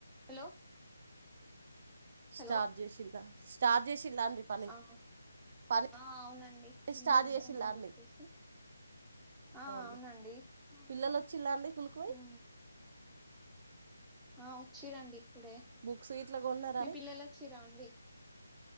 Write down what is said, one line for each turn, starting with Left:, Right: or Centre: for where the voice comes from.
Centre: హలో
Right: స్టార్ట్,
Centre: హలో
Right: చేసిల్లా, స్టార్ట్ చేసిలాండి, పని
Centre: ఆ
Right: పని
Centre: ఆ అవునండి ఇల్లు
Right: స్టార్ట్
Centre: ఉడుదామని
Right: చేసిలా అండి
Centre: చెప్పేసి ఆ
Right: అవునా
Centre: అవునండి మాకు
Right: పిల్లలు వచ్చిలా అండి స్కూల్ కి పోయి
Centre: ఊ ఆ వచ్చిరండి ఇప్పుడే
Right: బుక్స్ గిట్లా కొన్నారా
Centre: మీ
Right: అండి
Centre: పిల్లలు వచ్చిరా అండి